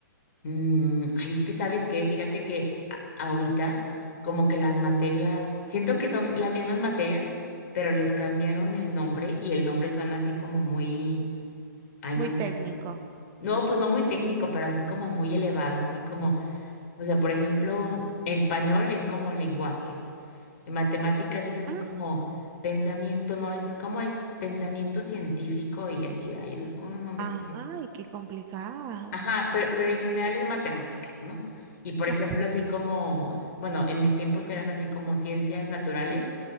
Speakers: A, on the left (about 50°); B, on the right (about 30°).
A: Mm, ay, es que sabes qué, fíjate que a- ahorita como que las materias, siento que son las mismas materias, pero les cambiaron el nombre y el nombre suena así como muy, ay,
B: Muy
A: no sé,
B: técnico.
A: así. No, pues no muy técnico, pero así como muy elevado, así como, o sea, por ejemplo, español es como lenguajes, matemáticas es así
B: Ah,
A: como pensamiento, no es, como es pensamiento científico y así, hay unos, con unos nombres
B: Ay,
A: que yo.
B: qué complicado.
A: Ajá, pero, pero en general es matemáticas, ¿no? Y por
B: Claro.
A: ejemplo, así como, bueno, en mis tiempos eran así como ciencias naturales,